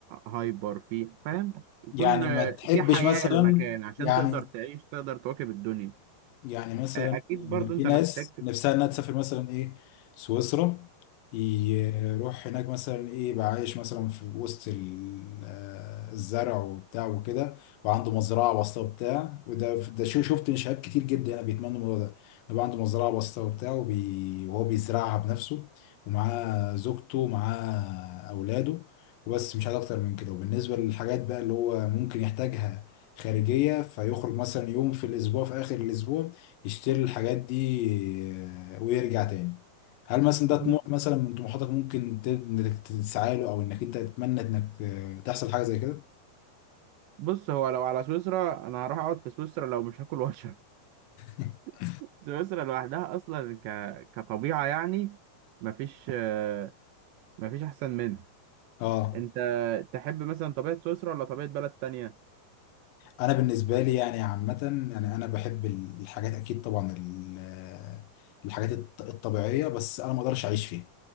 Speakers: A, on the right; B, on the left.
A: هايبر في فاهم يكون
B: يعني
A: آه،
B: ما تحبش
A: في حياة
B: مثلا
A: المكان عشان
B: يعني
A: تقدر تعيش تقدر تواكب الدنيا
B: يعني مثلا
A: آه، اكيد برضو انت
B: في ناس
A: محتاج تك-
B: نفسها انها تسافر مثلا ايه سويسرا يروح هناك مثلا ايه يبقى عايش مثلا في وسط ال- آه، الزرع وبتاع وكده وعنده مزرعه بسيطه وبتاع وده ده شيء شفت شباب كتير جدا انا بيتمنوا الموضوع ده يبقى عنده مزرعه بسيطه وبتاع وبي... وهو بيزرعها بنفسه ومعاه زوجته ومعاه اولاده وبس مش عايز اكتر من كده وبالنسبه للحاجات بقى اللي هو ممكن يحتاجها خارجية فيخرج مثلا يوم في الأسبوع في آخر الأسبوع يشتري الحاجات دي آه، ويرجع تاني هل مثلا ده طموح
A: مم.
B: مثلا من طموحاتك ممكن ت- انك تسعى له او انك انت تتمنى انك آه، تحصل حاجه زي كده
A: بص هو لو على سويسرا انا هروح اقعد في سويسرا لو مش هاكل واشرب
B: <laughs>
A: <laughs> سويسرا لوحدها اصلا ك... كطبيعه يعني مفيش آه، مفيش احسن منها
B: اه
A: انت تحب مثلا طبيعه سويسرا ولا طبيعه بلد تانية
B: انا بالنسبه لي يعني عامه يعني انا بحب الحاجات اكيد طبعا ال- آه، الحاجات الط- الطبيعيه بس انا ما اقدرش اعيش فيها